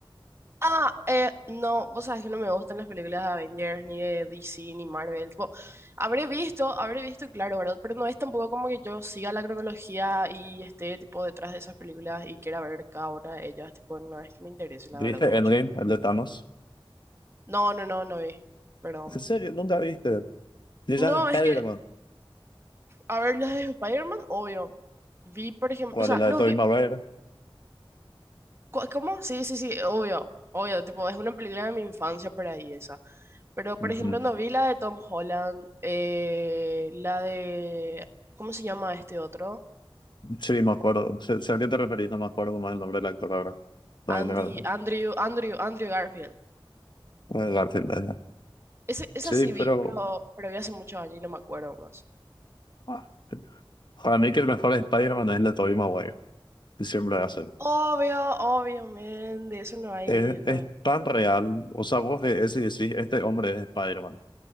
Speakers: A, on the right; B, on the left.
A: Ah, eh, no, vos sabés que no me gustan las películas de Avengers, ni de DC, ni Marvel. Tipo, habré visto, habré visto, claro, ¿verdad? Pero no es tampoco como que yo siga la cronología y esté, tipo, detrás de esas películas y quiera ver cada una de ellas. Tipo, no es que me interese, la
B: ¿Viste
A: verdad, mucho.
B: Endgame, el de Thanos?
A: No, no, no, no vi. Perdón.
B: ¿En serio? ¿Nunca viste? Ni
A: No,
B: la de spider
A: es que, a ver, las de Spider-Man, obvio. Vi, por ejemplo,
B: ¿Cuál
A: o sea,
B: es la
A: no
B: de Tobey
A: vi,
B: Maguire?
A: ¿Cu- ¿Cómo? Sí, sí, sí, obvio, obvio, tipo, es una película de mi infancia por ahí esa. Pero, por
B: Ujú.
A: ejemplo, no vi la de Tom Holland, eh, la de, ¿cómo se llama este otro?
B: Sí, me acuerdo. Sé, sé a qué te referís, no me acuerdo más el nombre del actor ahora. Todavía
A: Andy,
B: tengo
A: Andrew, Andrew, Andrew Garfield.
B: el- el cartel de
A: Ese, esa
B: Sí,
A: sí vi,
B: pero
A: pero, pero vi hace muchos años y no me acuerdo más.
B: ah, para mí que el mejor Spider-Man es el de Tobey Maguire. que Siempre hacen.
A: Obvio, obviamente, eso no hay,
B: Es,
A: no
B: es
A: hay.
B: tan real. O sea, vos ves y decís, este hombre es Spider-Man.